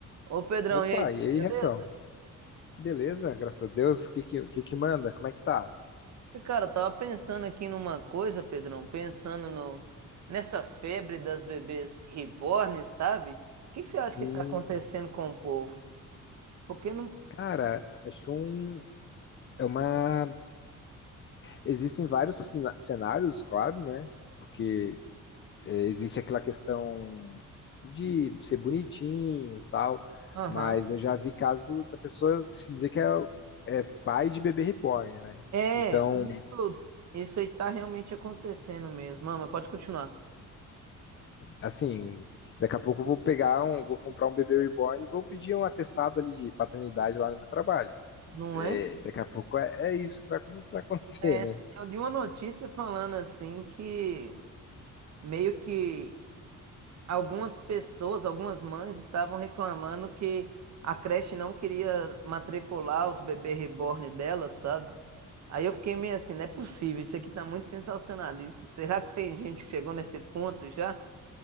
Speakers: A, on the right; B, on the left.
A: Ô Pedrão,
B: Opa,
A: e aí,
B: e
A: tudo
B: aí,
A: beleza?
B: Refrão? Beleza, graças a Deus. O que que, que que manda? Como é que tá?
A: E, Cara, eu tava pensando aqui numa coisa, Pedrão, pensando no nessa febre das bebês reborn, sabe? O que que você acha que
B: Hum,
A: tá acontecendo com o povo? Porque não.
B: cara, acho que um, é uma. Existem vários cena- cenários, claro, né? Porque é, existe aquela questão de ser bonitinho e tal,
A: Aham.
B: mas eu já vi caso da pessoa se dizer que é, é pai de bebê reborn, né?
A: É,
B: Então,
A: isso, isso aí tá realmente acontecendo mesmo. Mama, pode continuar.
B: assim, daqui a pouco eu vou pegar um, vou comprar um bebê reborn e vou pedir um atestado ali de paternidade lá no meu trabalho.
A: Não
B: é,
A: é?
B: daqui a pouco é, é isso que vai começar a acontecer,
A: É,
B: né?
A: eu li uma notícia falando assim que meio que algumas pessoas, algumas mães estavam reclamando que a creche não queria matricular os bebês reborn dela, sabe? Aí eu fiquei meio assim, não é possível, isso aqui tá muito sensacionalista. Será que tem gente que chegou nesse ponto já?